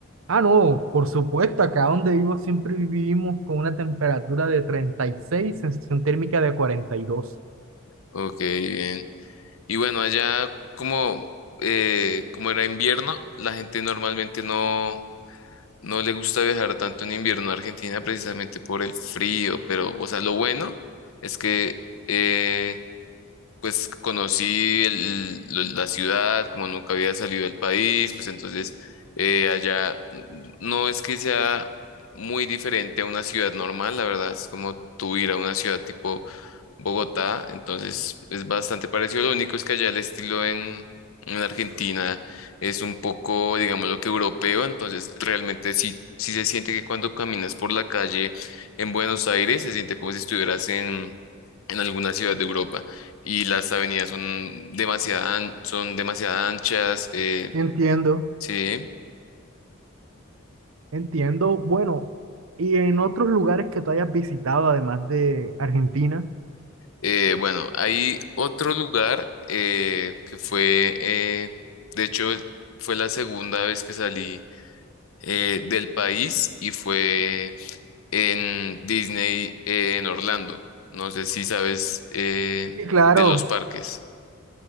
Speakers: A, on the right (about 70°); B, on the left (about 80°).
A: Ah, no, por supuesto, acá donde vivo siempre vivimos con una temperatura de treinta y seis sensación térmica de cuarenta y dos
B: Ok, bien. Y bueno, allá como, eh, como era invierno, la gente normalmente no, no le gusta viajar tanto en invierno a Argentina precisamente por el frío, pero, o sea, lo bueno es que... eh, pues conocí el- lo- la ciudad, como nunca había salido del país, pues entonces eh, allá mm, no es que sea muy diferente a una ciudad normal, la verdad es como tú ir a una ciudad tipo Bogotá, entonces es bastante parecido, lo único es que allá el estilo en, en Argentina es un poco, digamos, lo que europeo, entonces realmente sí, sí se siente que cuando caminas por la calle en Buenos Aires se siente como si estuvieras en en alguna ciudad de Europa y las avenidas son demasiada an- son demasiado anchas, eh,
A: Entiendo,
B: sí.
A: entiendo. Bueno, ¿y en otros lugares que tú hayas visitado, además de Argentina?
B: Eh, bueno, hay otro lugar eh, que fue, eh, de hecho, fue la segunda vez que salí eh, del país y fue en Disney eh, en Orlando. No sé si sabes eh,
A: Sí, claro.
B: de los parques.